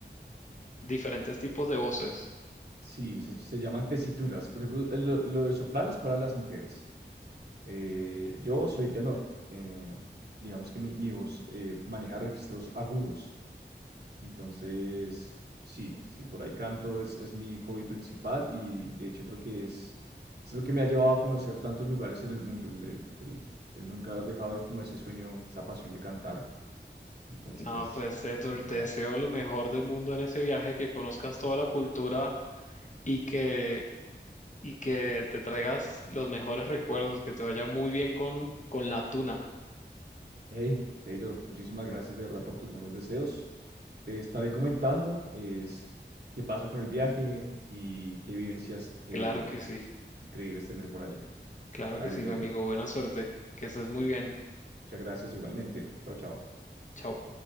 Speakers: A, on the left; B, on the right.
A: diferentes tipos de voces.
B: Sí, se, se llaman tesituras. Por ejemplo, el- lo, lo de soprano es para las mujeres. Eh, yo soy tenor. eh, digamos que mi, mi voz eh, maneja registros agudos. Entonces, sí, sí, por ahí canto, es, es mi hobby principal y de hecho creo que es, es lo que me ha llevado a conocer tantos lugares en el mundo, el, el- el- el nunca haber dejado de- como ese sueño, esa pasión de cantar. Entonces
A: No,
B: es,
A: pues
B: sí,
A: Edward,
B: por ese
A: te
B: lado.
A: deseo lo mejor del mundo en ese viaje, que conozcas toda la cultura y que, y que te traigas los mejores recuerdos, que te vaya muy bien con, con la tuna.
B: Hey, Taylor, muchísimas gracias de verdad por tus buenos deseos. te estaré comentando es qué pasa con el viaje y qué vivencias eh,
A: Claro que sí,
B: increíbles tendré por allá.
A: claro
B: Dale,
A: que sí,
B: Taylor.
A: mi amigo, buena suerte, que estés muy bien.
B: Muchas gracias igualmente. Chao, chao.
A: chao